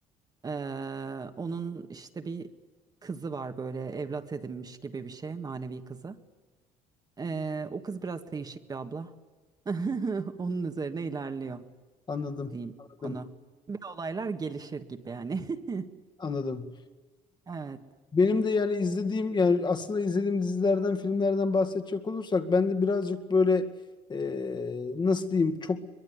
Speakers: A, on the right; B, on the left.
A: Ee, onun işte bir kızı var böyle evlat edinmiş gibi bir şey, manevi kızı. Ee, o kız biraz değişik bir abla. <laughs> Onun üzerine ilerliyor
B: anladım,
A: diyeyim
B: anladım,
A: onu. Ve olaylar gelişir gibi yani. <laughs>
B: anladım.
A: Evet.
B: Benim de yani izlediğim yani aslında izlediğim dizilerden, filmlerden bahsedecek olursak ben de birazcık böyle e, nasıl diyeyim çok